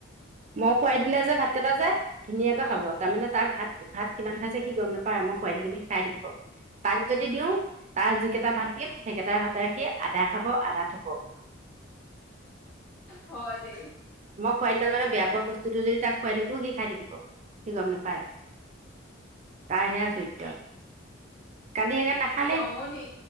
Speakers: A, on the right (about 35°); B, on the left (about 65°).
A: মই খুৱাই দিলে যে ভাত কেটা যায় ধুনীয়াকৈ খাব,
B: অ'
A: তাৰ মানে, তাৰ ভাত ভাত কিমান খাইছে, সি গম নাপায় আৰু মই খোৱাই থাকিলে, সি খাইয়েই থাকিব তাক যদি দিওঁ তাৰ যিকেইটা ভাত দিম, সেইকেইটা ভাতেৰে সি আধা খাব, আধা থ'ব। <inaudible>
B: হয় দেই
A: খুৱাই দিলে, মানে, বেয়া পোৱা বস্তুটো যদি তাক খুৱাই থাকোঁ, সি খাই থাকিব। সি গম নাপায়। তাৰ সেইয়া চৰিত্ৰ কালি সেইকাৰণে নাখালেই।
B: জমনি